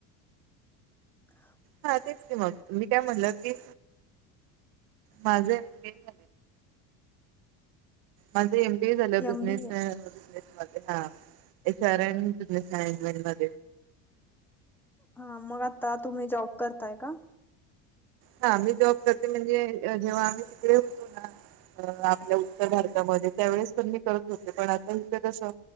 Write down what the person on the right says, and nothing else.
हां तेचं की मंग मी कायं म्हणलं की माझं एम बी ए झा माझं एम बी ए झालं
बिझनेसं
बिझनेसं म हां विचार एसर बिझनेसं आहे इंट मध्यें
हां मी जॉब करतें म्हणजे जेंव्हा आम्हीं तिकडे होतों नां. अ आपल्यां उत्तरं भारतांमध्यें त्यांवेळेसं पणं मी करतं होते. पणं आतां इथे कसं